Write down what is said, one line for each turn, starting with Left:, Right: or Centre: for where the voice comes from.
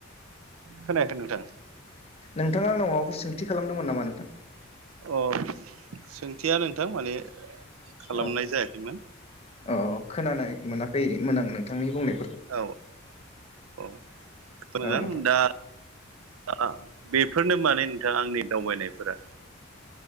Right: खोनायाखै नोंथां।
Left: नोंथाङा आंनाव माबाफोर सोंथि खालामदोंमोन नामा नोंथां?
Right: अ' सोंथिया नोंथां माने खालामनाय
Left: औ औ
Right: जायाखैमोन
Left: औ खोनानाय मोनाखैमोन आं नोंथांनि बुंनाय
Right: औ औ मोजां
Left: औ नोंथां
Right: दा ओ बेफोरनो माने नोंथाङा आंनि दावबायनायफोरा।